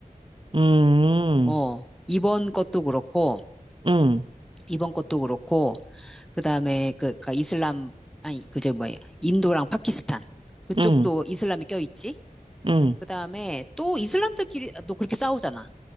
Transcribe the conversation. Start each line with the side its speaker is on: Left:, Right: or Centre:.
Right: 음.
Centre: 어, 이번 것도 그렇고,
Right: 응,
Centre: 이번 것도 그렇고, 그 다음에 그, 그러니까 이슬람, 아니, 그저 뭐야, 인도랑 파키스탄. 그쪽도
Right: 응,
Centre: 이슬람이 껴있지?
Right: 응,
Centre: 그다음에 또 이슬람들끼리도 그렇게 싸우잖아.